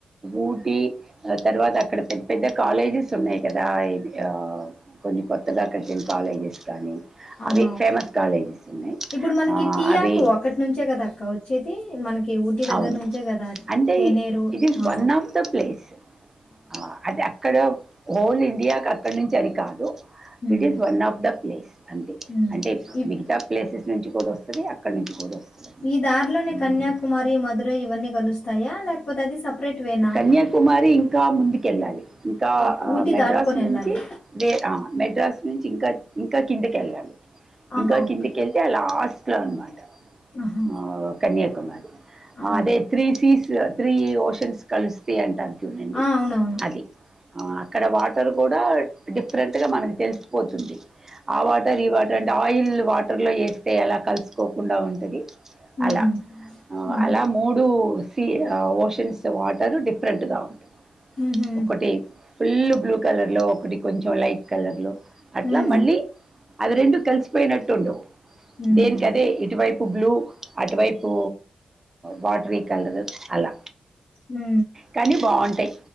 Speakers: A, on the right; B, on the left.
A: ఊటి తర్వాత అక్కడ పెద్ద కాలేజెస్ ఉన్నాయి కదా ఇ ఆ కొన్ని కొత్తగా కట్టిన కాలేజెస్ కానీ
B: ఆహా
A: అవి ఫేమస్
B: ఓకే
A: కాలేజెస్ ఉన్నాయి
B: ఇప్పుడు మనకి
A: ఆ,
B: టీ
A: అవి
B: ఆకు ఒక్కటి నుంచే కదా అక్క వచ్చేది మనకి ఊటీ దగ్గర
A: అవును
B: నుంచే కదా
A: అంటే
B: తేనేరు
A: ఇట్ ఇస్
B: ఆ!
A: వన్ ఆఫ్ ద ప్లేస్ ఆ అది అక్కడ హోల్ ఇండియా అక్కడ నుంచి అది కాదు
B: హ్మ్.
A: ఇట్ Is one of the place అంతే
B: హ్మ్.
A: అంటే
B: ఇప్
A: మిగతా ప్లేసెస్ నుంచి కూడా వస్తు సరే అక్కడి నుంచి కూడా వస్తుంది అన్నమాట.
B: మీ దారిలోనే
A: మ్మ్.
B: కన్యాకుమారి మధురై ఇవన్నీ కలుస్తాయా లేకపోతే అది సెపరేట్ వేనా?
A: కన్యాకుమారి ఇంకా ముందుకెళ్ళాలి ఇంకా
B: ఓకే. ఊటీ
A: మెడ్రాస్
B: దాటుకొనెళ్ళాలి.
A: నుంచి మెడ్రాస్ నుంచి ఇంకా ఇంకా కిందకి వెళ్ళాలి
B: ఆహా!
A: ఇంకా
B: ఓకే.
A: కిందికిళ్తే ఆ లాస్ట్ అలా అన్నమాట
B: ఆహా!
A: ఆ కన్యాకుమారి
B: ఆ!
A: అదే త్రీ సీట్స్ త్రీ ఓషన్స్ కలిస్తే అంటారు చూడండి
B: ఆ! అవునవును.
A: అది అక్కడ వాటర్ కూడా డిఫరెంట్గా మనకి తెలిసిపోతుంది ఆ వాటర్ ఈ వాటర్ అంటే ఆయిల్ వాటర్ లో వేస్తే ఎలా కలుసుకోకుండా ఉంటంది
B: హ్మ్.
A: అలా
B: హుహు.
A: అలా మూడు సీ ఓషన్స్ వాట్ తను డిఫరెంట్ గా ఉంది
B: హుహు.
A: ఒకటి ఫుల్ బ్లూ కలర్లో ఒకటి కొంచెం లైట్ కలర్లో అట్లా
B: హ్మ్.
A: మళ్ళీ అవి రెండు కలిసిపోయినట్టుండు
B: హ్మ్.
A: దేనికి అదే ఇటువైపు బ్లూ అటువైపు వాటర్ ఇక్కండదు అలా
B: హు
A: కానీ బాగుంటాయి